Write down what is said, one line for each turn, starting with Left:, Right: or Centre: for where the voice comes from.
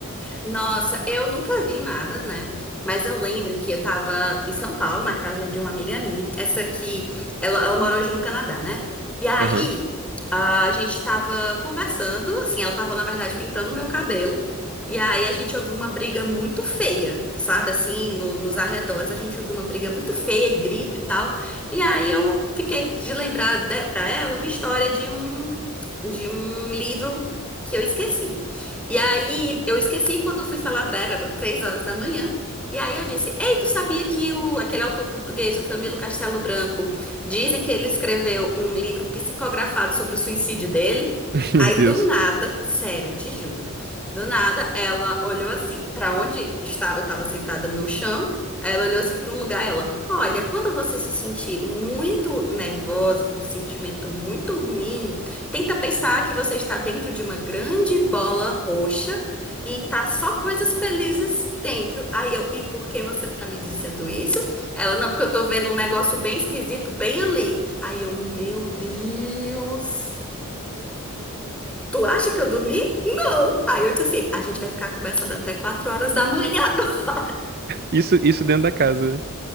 Centre: Nossa, eu nunca vi nada, né? Mas eu lembro que eu tava em São Paulo, na casa de uma amiga minha. Essa aqui, ela, ela mora hoje no Canadá, né? E aí,
Right: Aham.
Centre: a gente tava conversando, assim, ela tava, na verdade, pintando o meu cabelo. E aí a gente ouviu uma briga muito feia, sabe? Assim, no- nos arredores, a gente ouviu uma briga muito feia e grito e tal. E aí eu fiquei de lembrar de, pra ela uma história de um, de um livro que eu esqueci. E aí eu esqueci quando fui falar pra ela, era três horas da manhã. E aí eu disse: Ei, tu sabia que o, aquele autor português, o Camilo Castelo Branco, dizem que ele escreveu um livro psicografado sobre o suicídio dele?
Right: <laughs> Meu
Centre: Aí
Right: Deus.
Centre: do nada, sério, te juro, do nada ela olhou assim pra onde estava, eu estava sentada no chão. Aí ela olhou assim pra um lugar, ela, olha, quando você se sentir muito nervosa, com um sentimento muito ruim, Tenta pensar que você está dentro de uma grande bola roxa e tá só coisas felizes dentro. Aí eu, e por que você tá me dizendo isso? Ela, não, porque eu tô vendo um negócio bem esquisito bem ali. Aí eu, meu Deus. Tu acha que eu dormi? Não. Aí eu disse assim, a gente vai ficar conversando até 4 horas da manhã <laughs> agora.
Right: Isso, isso dentro da casa, né?